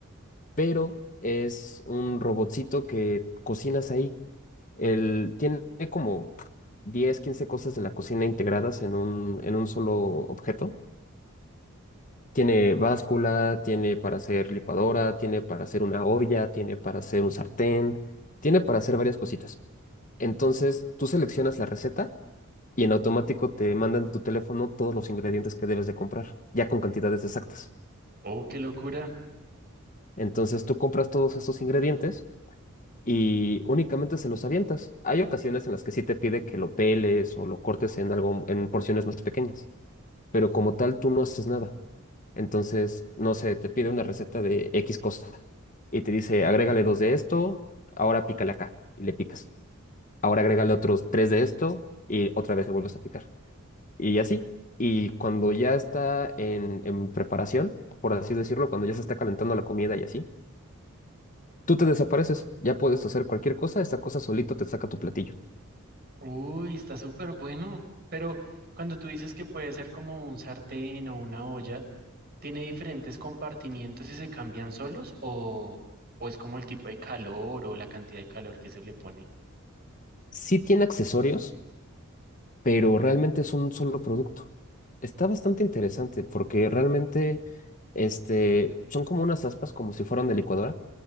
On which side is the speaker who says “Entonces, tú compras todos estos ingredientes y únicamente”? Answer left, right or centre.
Left